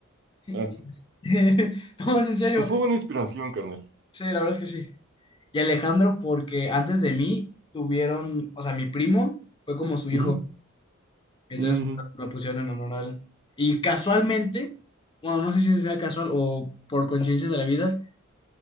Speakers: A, on the left (about 20°); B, on the right (about 50°).
A: Este,
B: Ah,
A: <laughs> No, es en serio.
B: pues fue buena inspiración, carnal.
A: Sí, la verdad es que sí. Y Alejandro, porque antes de mí tuvieron, o sea, mi primo fue como su hijo,
B: Ujú,
A: entonces
B: ujú,
A: lo pusieron en honor a él. Y casualmente, bueno, no sé si sea casual o por coincidencia de la vida,